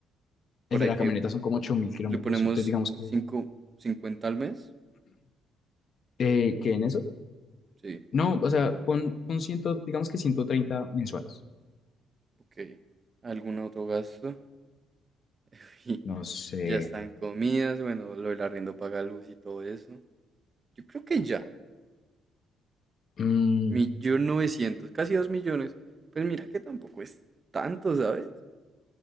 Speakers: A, on the right; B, on the left.
A: Por
B: El de
A: ahí
B: la
A: que
B: camioneta son como ocho mil kilómetros,
A: le ponemos
B: entonces digamos que,
A: 5, 50 al mes.
B: eh, que en eso,
A: Sí,
B: no, o sea, pon, pon ciento digamos que 130 mensuales.
A: ok. ¿Algún otro gasto? <laughs> Y
B: No sé,
A: ya están comidas, bueno, lo del arriendo paga luz y todo eso. Yo creo que ya.
B: mm,
A: Millón novecientos, casi dos millones. Pues mira que tampoco es tanto, ¿sabes?